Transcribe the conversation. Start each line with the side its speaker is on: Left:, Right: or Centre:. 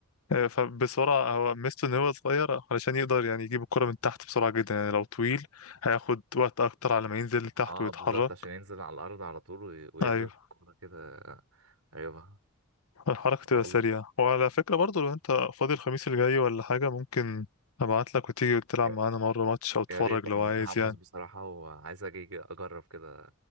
Left: آه، فبسرعة هو ميزته إن هو صغير علشان يقدر يعني يجيب الكرة من تحت بسرعة جدا يعني لو طويل هياخد وقت أكتر على ما ينزل لتحت
Right: اه
Left: ويتحرك
Right: بالظبط عشان ينزل على الارض على طول وي- ويغرف
Left: أيوه
Right: الكرة كده ايوه آه
Left: الحركة تبقى
Right: والله
Left: سريعة وعلى فكرة برضه لو أنت فاضي الخميس الجاي ولا حاجة ممكن أبعتلك وتيجي تلعب
Right: يا
Left: معانا مرة ماتش أو تتفرج
Right: يا ريت انا
Left: لو
Right: متحمس
Left: عايز يعني
Right: بصراحة وعايز اجي اجرب كده